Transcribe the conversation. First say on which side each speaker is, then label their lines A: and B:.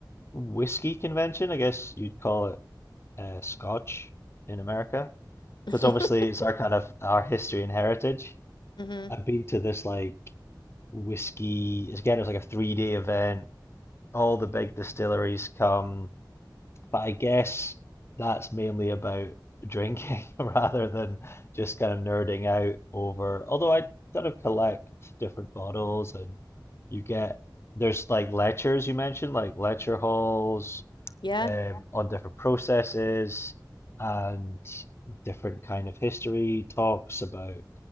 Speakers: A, on the left; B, on the left.
A: whiskey convention, I guess you'd call it uh, Scotch in America, because
B: <laughs>
A: obviously it's our kind of our history and heritage.
B: hmm
A: I've been to this like whiskey, again, it was like a three day event. All the big distilleries come, but I guess that's mainly about drinking <laughs> rather than just kind of nerding out over. Although I kind of collect different bottles and you get, there's like lectures you mentioned, like lecture halls
B: yeah.
A: um, on different processes and different kind of history talks about